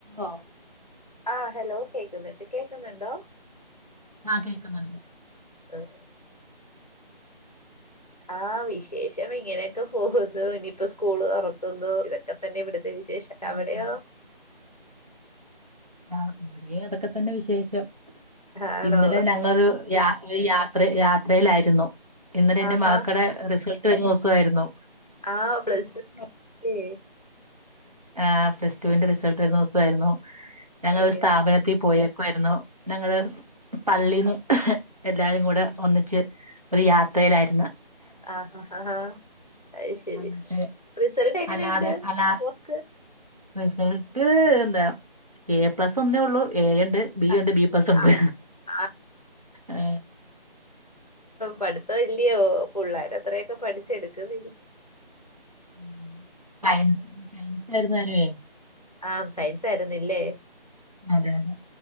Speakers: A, on the right (about 40°); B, on the left (about 45°).
A: ആഹ്
B: ആഹ് ഹലോ കേക്കുനിണ്ട് കേക്കുന്നുണ്ടോ
A: കേൾക്കുന്നുണ്ട്
B: ആഹ് ആഹ് വിശേ വിശേഷം ഇങ്ങനെയൊക്കെ പോകുന്നു ഇനിയിപ്പോ സ്കൂള് തുറക്കുന്നു ഇതൊക്കെ തന്നെ വിട വിശേഷം
A: ഉം
B: അവിടെയോ
A: അവ് ഇവിടെ അതൊക്കെ തന്നെ വിശേഷം
B: ആണോ
A: ഇന്നലെ ഞങ്ങളൊരു യാ ഒരു യാത്ര യാ അറിയിലായിരുന്നു ഇന്നല്ലേ എന്റെ
B: ആഹാ
A: മാഹക്കടെ റിസൽ റ്റ് വരുന്ന ദിവസവായിരുന്നു
B: ആ പ്ലസ് ടൂ നല്ലേ
A: ആ പ്ലസ് പ്ലസ് ടൂന്റെ റിസൾട്ട് വരുന്ന ദിവസമായിരുന്നു ഞങ്ങൾ
B: എങ്ങനെ
A: ഒരു സ്ഥാപനത്തിൽ പോയ ക്കു ആയിരുന്നു ഞങ്ങള് പള്ളീന്ന് എല്ലാരും കൂടെ ഒന്നിച്ച് ഒരു യാത്രയിലായിരുന്ന്‌
B: ആ ആ ഹ ഹാ അയ്ശരി
A: എന്നിട്ട്
B: റിസൾട്ട് എങ്ങനെയുണ്ട്
A: അനാഥ അനാ
B: ഓക്ക്
A: റിസൾട്ട് എന്താ എ പ്ലസ് ഒന്നേ ഒള്ളൂ എ ഉണ്ട് ബി
B: ആ
A: ഉണ്ട് ബി പ്ലസ് ഉണ്ട്
B: ആ ആ
A: ആ
B: പടുത്ത ഇല്യോ പുള്ളേർ അത്ര ഒക്കെ പഠിച്ചെടുക്കുന്നി <inaudible>
A: ഉം സയൻസ് സയൻസ് ആയിരുന്നാലുവേ
B: ആ സയൻസ് ആയിരുന്നില്ലേ
A: അതെ അതെ